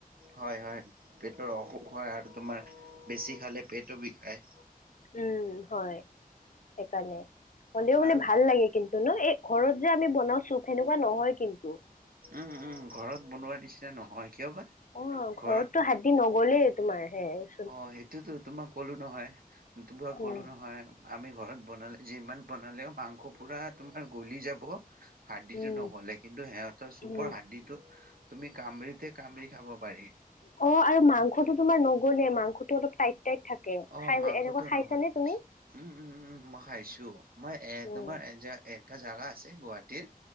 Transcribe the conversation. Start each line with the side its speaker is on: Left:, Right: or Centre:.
Right: হয়, হয়। পেটৰ অসুখ হয়, আৰু তোমাৰ বেছি খালে পেটো বিষায়।
Left: উম, হয়। সেইকাৰণে, হ'লেও মানে
Right: আৰু
Left: ভাল লাগে কিন্তু ন? এই ঘৰত যে আমি বনাওঁ চুপ সেনেকুৱা নহয় কিন্তু
Right: উম, উম ঘৰত বনোৱা নিচিনা নহয়। কিয় বা?
Left: অ,
Right: ঘৰত
Left: ঘৰতো হাড়দি নগলেই তোমাৰ সেয়াই।
Right: অ, সেইটোতো তোমাক ক'লো নহয়। তোমাক ক'লো
Left: উম
Right: নহয় আমি ঘৰত বনালে, যিমান বনালেও মাংস পুৰা তোমাৰ গলি যাব। হাৰ্দিটো
Left: উম
Right: নগ'লে কিন্তু, সিহঁতৰ চুপৰ
Left: উম
Right: হাৰ্দিটো তুমি কামৰিতে কামৰি খাব পাৰি।
Left: অ, আৰু মাংসটো তোমাৰ নগলে মাং খটো অলপ টাইট টাইত থাকে
Right: অ',
Left: খাই
Right: মাংসটো
Left: এনেকুৱা খাইছানে
Right: নহ'ল
Left: তুমি?
Right: উম, উম, উম, উম মই খাইছো মই এ
Left: উম
Right: তোমাৰ এযা এ এটা জাগা আছে গুৱাহাটীৰ